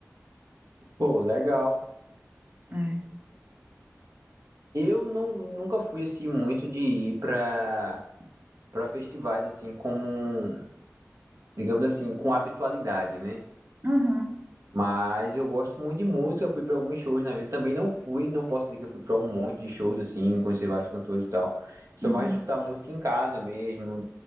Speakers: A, on the right; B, on the right.
A: Pô, legal.
B: É.
A: Eu não, nunca fui assim muito de ir para para festivais assim como, digamos assim, com habitualidade, né?
B: Uhum,
A: Mas eu gosto muito de música, fui para alguns shows na vida. Também não fui, não posso dizer que eu fui para um monte de shows assim, conheci vários cantores e tal. Sou
B: uhum,
A: mais de escutar música em casa mesmo.